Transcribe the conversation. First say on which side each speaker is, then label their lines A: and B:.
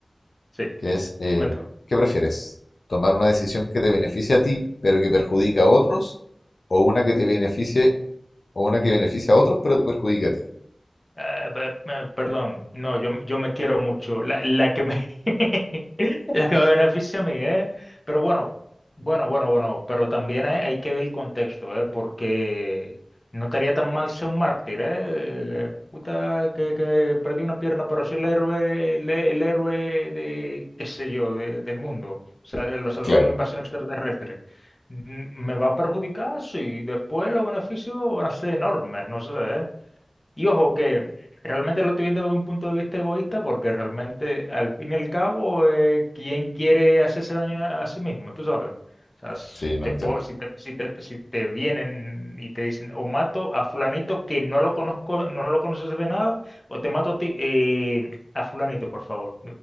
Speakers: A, on the left; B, on the left.
A: Sí,
B: que es, eh,
A: cuéntame.
B: ¿qué prefieres? ¿Tomar una decisión que te beneficie a ti, pero que perjudica a otros? ¿O una que te beneficie, o una que beneficie a otros, pero te perjudica a ti?
A: Ah, pe- me- perdón, no, yo, yo me quiero mucho, la, la que me, <laughs> la que me beneficia a mí, ¿eh? Pero bueno, bueno, bueno, bueno, pero también hay, hay que ver el contexto, ¿eh? Porque no estaría tan mal ser un mártir, ¿eh? Puta, que, que perdí una pierna, pero soy el héroe, el, el héroe de, qué sé yo, de- del mundo. O sea, lo salvé
B: Claro,
A: de una invasión extraterrestre. ¿Me va a perjudicar? Sí, después los beneficios van a ser enormes, no sé, ¿eh? Y ojo, que realmente lo estoy viendo desde un punto de vista egoísta, porque realmente, al fin y al cabo, eh, ¿quién quiere hacerse daño a a sí mismo? Tú sabes. O sea, si
B: sí,
A: te,
B: no entiendo.
A: po- si te, si te, si te vienen y te dicen, o mato a fulanito que no lo conozco, no lo conoces de nada, o te mato a ti, eh, a fulanito, por favor.